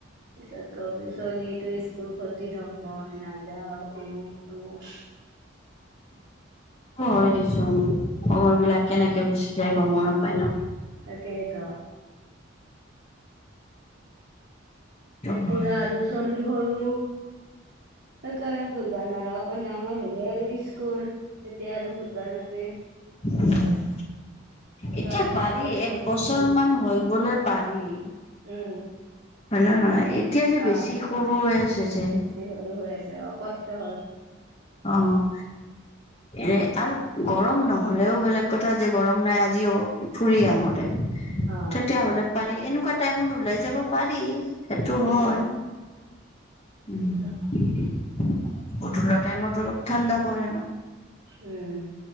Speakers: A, on the right (about 55°); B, on the left (about 30°).
A: পিছত ক'বি চলিটো স্কুল ক্ষতি নহয় নাযাওঁ অমুক-তমুক।
B: হয় দেচোন। সময়বিলাক কেনেকে গুচি যায় গমো নাপায় ন।
A: তাকেইটো। এতিয়া
B: হয়
A: আৰু চলি সৰু সেইকাৰণে ঘূৰিবা নোৱাৰা, অকণ ডাঙৰ হ'লে আৰু স্কুল তেতিয়া আৰু ঘুৰবা নৰবি।
B: <inaudible>
A: সেইকাৰণে
B: এতিয়া পাৰি
A: চলি
B: একবছৰমান
A: তলি
B: হৈ গ'লে পাৰি। হয়
A: উম
B: নে নহয এতিয়া যে
A: অ
B: বেছি সৰু হৈ আছে যে।
A: বেছি সৰু হৈ আছে অ কষ্ট হয়।
B: অ' এনে আৰু গৰম নহ'লেও বেলেগ কথা যে গৰম নাই আজিও ফুৰি আহোতে
A: অ
B: তেতিয়া হ'লে পাৰি এনেকুৱা টাইমত ওলাই যাব পাৰি সেইটো হয়
A: উম তাকেইতো
B: উম গধুলাত বতৰো ঠাণ্ডা পৰে না।
A: উম।